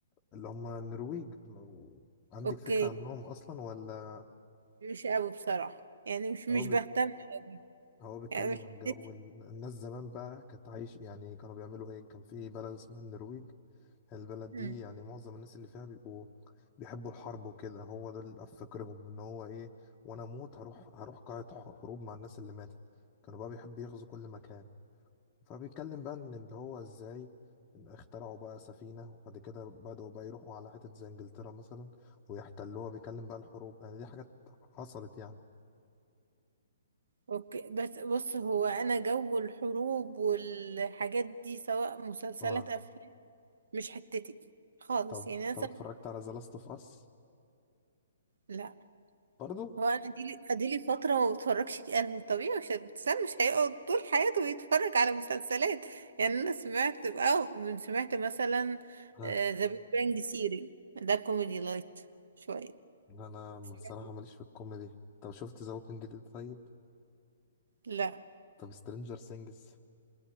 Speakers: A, on the left; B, on the right.
A: اللي هم النرويج لو عندك
B: اوكي
A: فكره عنهم اصلا ولا
B: مش قوي بصراحة يعني مش
A: هو
B: مش بهتم قوي
A: هو بيتكلم
B: يعني مش
A: عن جو
B: حسيت
A: ال- الناس زمان بقى كانت عايش يعني كانوا بيعملوا ايه كان في بلد اسمها النرويج البلد
B: مم.
A: دي يعني معظم الناس اللي فيها بيبقوا بيحبوا الحرب وكده هو ده اللي في فكرهم ان هو ايه وانا اموت هروح هروح قاعة ح- حروب مع الناس اللي ماتت كانوا بقى بيحبوا يغزوا كل مكان فبيتكلم بقى ان اللي هو ازاي اخترعوا بقى سفينة وبعد كده بدأوا بقى يروحوا على حتت زي انجلترا مثلا ويحتلوها بيتكلم بقى الحروب يعني دي حاجات حصلت يعني
B: اوكي بس بص هو انا جو الحروب والحاجات دي سواء مسلسلات
A: آه.
B: افلام مش حتتي خالص
A: طب
B: يعني مثلا
A: طب اتفرجت على ذا لاست اوف اس
B: لا
A: برضو
B: هو انا اديلي اديلي فتره ما بتفرجش ك- انا طبيعي مش الانسان مش هيقعد طول حياته يتفرج على مسلسلات يعني انا سمعت او سمعت مثلا
A: ها
B: ذا بيج بانج سيري ده كوميدي لايت شويه
A: انا
B: سمعتي؟
A: بصراحه ماليش في الكوميدي طب شفت ذا ووكينج ديد طيب
B: لا
A: طب سترينجر سينجز